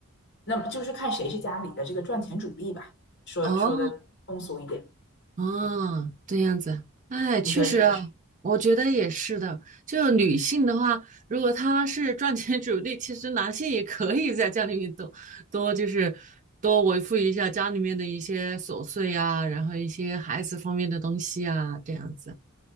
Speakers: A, on the left (about 50°); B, on the right (about 35°).
A: 那么就是看谁是家里的这个赚钱主力吧。说说的通俗一点，
B: 哦哦，这样子，哎，确实啊，
A: 你说是不是？
B: 我觉得也是的。就女性的话，如果她是赚钱主力，其实男性也可以在家里面多多就是多维护一下家里面的一些琐碎呀、然后一些孩子方面的东西啊，这样子。